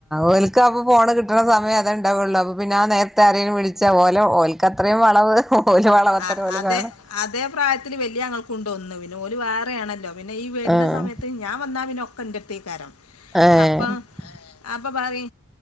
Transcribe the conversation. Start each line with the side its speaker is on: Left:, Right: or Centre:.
Centre: ഓൽക്ക് അപ്പൊ ഫോണ് കിട്ടണ സമയ അതെണ്ടാവുള്ളു അപ്പൊ പിന്ന ആ നേർ വിളിച്ച ഒലെ ഓൽക്കത്ത അത്രയും വളവ് ഓല് വളവത്തരം
Left: ആ
Centre: ഓല്
Left: അതെ
Centre: കാണും
Left: അതേ പ്രായത്തില് വലിയ ങ്ങൾക്ക് കൊണ്ട് ഒന്ന് ഓല് വേറെയാണല്ലോ പിന്നെ ഈ വരുന്ന
Centre: ആഹ്
Left: സമയത്ത് ഞാൻ വന്നാ പിന്നെ ഒ കണ്ടെത്തെ യ്ക്കാരം
Centre: ഏഹ്
Left: അപ്പ അപ്പൊ പറി